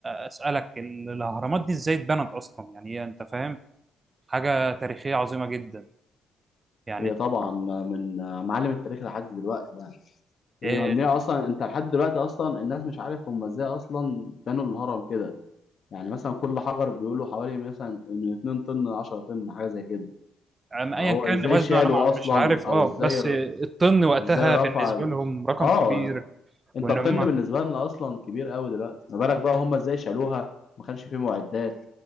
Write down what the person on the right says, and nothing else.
اسألك ال- الاهرامات دي ازاي اتبنت اصلا يعني هي انت فاهم حاجة تاريخية عظيمة جدا يعني
آه،
أم ايا
كان
وزنه
انا مع-
مش عارف
اه
بس الطن وقتها
بالنسبه
لهم رقم
كبير
وان
هم